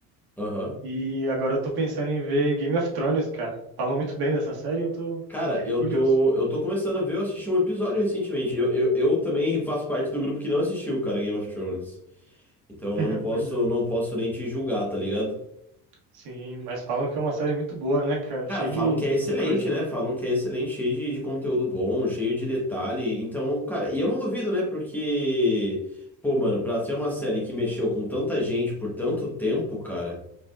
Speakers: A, in the centre; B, on the right.
A: Aham.
B: E agora eu tô pensando em ver Game of Thrones, cara. Falam muito bem dessa série, e eu tô
A: Cara,
B: inteiro
A: eu
B: curioso.
A: tô, eu tô começando a ver, eu assisti um episódio recentemente. Eu, eu, eu também faço parte do grupo que não assistiu, cara, Game of Thrones. Então
B: <laughs>
A: eu não posso,
B: Pois é.
A: não posso nem te julgar, tá ligado?
B: Sim, mas falam que é uma série muito boa, né, cara? Cheia
A: Cara, falam
B: de,
A: que é excelente,
B: de coisa.
A: né? Falam que é excelente, cheio de, de conteúdo bom, cheio de detalhe. Então, cara, e eu não duvido, né? Porque, pô, mano, pra ser uma série que mexeu com tanta gente por tanto tempo, cara.